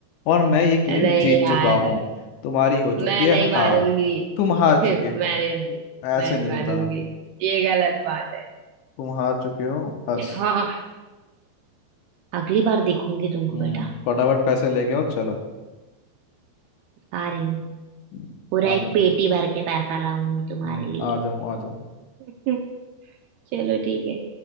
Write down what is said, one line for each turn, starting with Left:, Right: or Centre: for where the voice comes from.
Left: और मैं ये गेम
Right: नहीं
Left: जीत
Right: यार
Left: चुका हूँ तुम्हारी हो चुकी
Right: मैं
Left: है
Right: नहीं मानूंगी
Left: हार तुम
Right: <laughs>
Left: हार
Right: मैं
Left: चुके हो
Right: नहीं मानूंगी मैं
Left: ऐसे
Right: नहीं
Left: नहीं
Right: मानूंगी
Left: होता
Right: ये गलत बात है
Left: तुम हार चुके हो बस
Right: हाँ अगली बार देखूंगी तुमको
Left: हम्म
Right: बेटा
Left: फटाफट पैसे लेके आओ चलो
Right: आ रही हूँ
Left: हम्म,
Right: पूरा
Left: आ
Right: एक
Left: जाओ
Right: पेटी भर के पैसा लाऊंगी तुम्हारे
Left: हम्म,
Right: लिए
Left: आ जाओ आ जाओ
Right: <laughs> चलो ठीक है